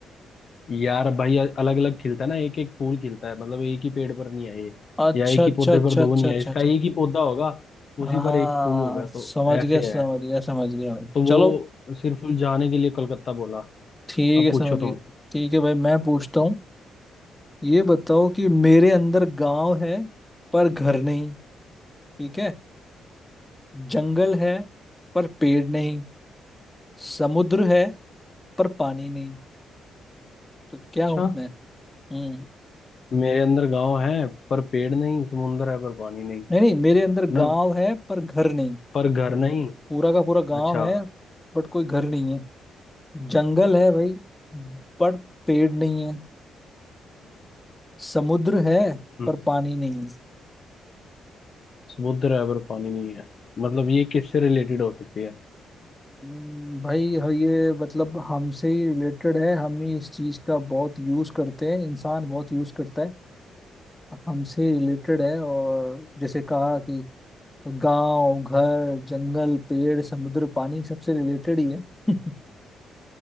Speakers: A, on the left; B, on the left.
A: यार भाई अलग अलग खिलता है ना एक एक फूल खिलता है मतलब एक ही पेड़ पर नहीं है ये
B: अच्छा
A: या एक
B: अच्छा
A: ही पौधे
B: अच्छा
A: पर दो
B: अच्छा
A: नहीं
B: अच्छा
A: है इसका
B: अच्छा।
A: एक ही पौधा होगा
B: हाँ
A: उसी पर एक फूल होगा
B: समझ
A: तो ऐसे
B: गया समझ
A: है
B: गया समझ गया भाई
A: तो वो
B: चलो
A: सिर्फ जाने के लिए कलकत्ता बोला
B: ठीक
A: अब
B: है
A: पूछो
B: समझ गया
A: तुम
B: ठीक है भाई मैं पूछता हूँ ये बताओ कि मेरे अंदर गांव है पर घर नहीं ठीक है जंगल है पर पेड़ नहीं समुद्र है पर पानी नहीं तो क्या
A: अच्छा
B: हूं मैं हम्म
A: मेरे अंदर गांव है पर पेड़ नहीं समुंदर है पर पानी नहीं
B: नहीं नहीं मेरे अंदर
A: ना
B: गांव है पर घर नहीं
A: पर घर नहीं
B: पूरा का पूरा गांव
A: अच्छा
B: है बट कोई घर नहीं है जंगल है भाई बट पेड़ नहीं है समुद्र है
A: हम्म
B: पर पानी नहीं है
A: समुद्र है पर पानी नहीं है मतलब ये किससे रिलेटेड हो सकती है
B: हम्म, भाई हाँ, ये मतलब हमसे ही रिलेटेड है हम ही इस चीज का बहुत यूज करते हैं इंसान बहुत यूज करता है हमसे रिलेटेड है और जैसे कहा कि गांव घर जंगल पेड़ समुद्र पानी सबसे रिलेटेड ही है <laughs>